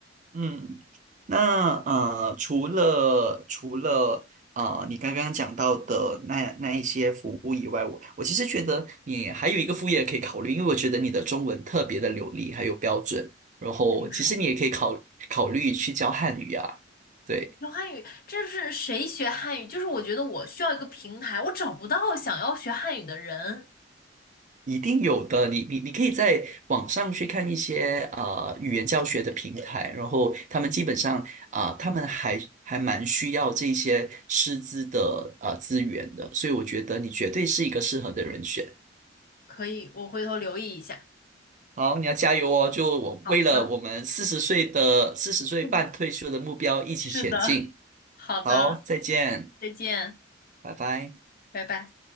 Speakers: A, on the right; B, on the left.
A: 嗯，那呃，除了除了呃，你刚刚讲到的那那一些服务以外，我我其实觉得你还有一个副业可以考虑，因为我觉得你的中文特别的流利，还有标准，然后其实你也可以考考虑去教汉语啊，
B: 还有什么可以？
A: 对。
B: 学汉语，这是谁学汉语？就是我觉得我需要一个平台，我找不到想要学汉语的人。
A: 一定有的，你你你可以在网上去看一些呃语言教学的平台，然后他们基本上啊、呃他们还还蛮需要这些师资的呃资源的，所以我觉得你绝对是一个适合的人选。
B: 可以，我回头留意一下。
A: 好，你要加油哦！就我为了我们四十岁的四十岁半退休的目标一起前进。
B: 好的，嗯，是的，好的，
A: 好，再见，
B: 再见，
A: 拜拜。
B: 拜拜。